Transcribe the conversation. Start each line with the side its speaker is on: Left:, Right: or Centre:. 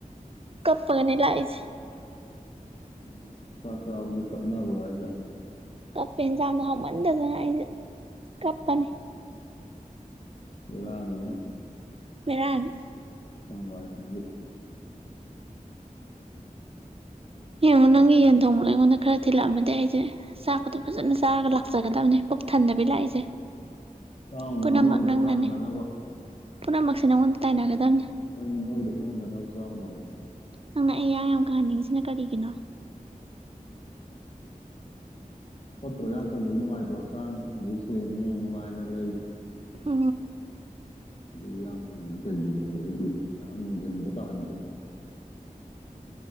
Right: ꯀꯞꯄꯒꯅꯦ ꯂꯥꯛ ꯏꯁꯦ꯫
Left: ꯎꯝ ꯆꯥꯛ ꯆꯥꯕꯖꯤꯛ ꯀꯞꯅꯕ꯭ꯔꯣ ꯍꯥꯏꯁꯦ꯫
Right: ꯀꯞꯄꯦ ꯌꯦꯟꯁꯥꯡꯗꯣ ꯍꯥꯎꯃꯟꯗꯗꯅ ꯑꯩꯁꯦ ꯀꯞꯄꯅꯤ꯫
Left: ꯕꯦꯔꯥꯅꯤꯍꯦ꯫
Right: ꯕꯦꯔꯥꯅꯤ꯫
Left: ꯑ ꯋꯥꯏ <inaudible> <unintelligible>
Right: ꯌꯦꯡꯉꯣ ꯅꯪꯒꯤ ꯌꯦꯟ ꯊꯣꯡꯕꯗꯣ ꯑꯩꯉꯣꯟꯗ ꯈꯔ ꯊꯤꯜꯂꯛꯑꯃꯗꯤ ꯑꯩꯁꯦ ꯆꯥꯛꯀꯗꯣ ꯐꯖꯅ ꯆꯥꯔꯒ ꯂꯥꯛꯆꯒꯗꯕꯅꯦ ꯄꯨꯛ ꯊꯟꯗꯕꯤ ꯂꯥꯛꯏꯁꯦ꯫
Left: ꯆꯥꯎꯅꯣ
Right: ꯄꯨꯝꯅꯃꯛ
Left: ꯅꯣꯏꯗꯣ
Right: ꯅꯪꯅꯅꯦ
Left: ꯈꯔ ꯍꯟꯊꯅꯕ
Right: ꯄꯨꯝꯅꯃꯛꯁꯦ ꯅꯪꯉꯣꯟꯗ ꯇꯥꯏꯅꯒꯗꯕꯅꯦ
Left: ꯅꯣꯏꯅꯤ ꯅꯣꯏꯗꯣ ꯈꯔ ꯍꯟꯊꯅꯕ ꯆꯥꯎꯅꯣꯕ꯫
Right: ꯅꯪꯅ ꯑꯩ ꯌꯥꯡ ꯌꯥꯝ ꯀꯪꯍꯟꯅꯤꯡꯉꯤꯁꯦ꯫ ꯁꯤꯅ ꯀꯔꯤꯒꯤꯅꯣ꯫
Left: ꯐꯠꯇ꯭ꯔꯣ ꯌꯥꯡ ꯀꯪꯕꯨꯗꯤ ꯅꯨꯡꯉꯥꯏꯇ꯭ꯔꯣ ꯍꯛꯆꯥꯡ ꯁꯦꯡꯅꯤ ꯅꯨꯡꯉꯥꯏꯅ ꯂꯩ꯫
Right: ꯑ꯫
Left: ꯑꯗꯨ ꯌꯥꯝ ꯐꯒꯅꯤꯗꯤ ꯀꯩꯒꯤꯅꯣ ꯑꯩꯈꯣꯏ ꯌꯥꯝ ꯌꯦꯡꯁꯤꯟꯕ ꯇꯥꯍꯟꯗ꯭ꯔꯣ <inaudible> <unintelligible>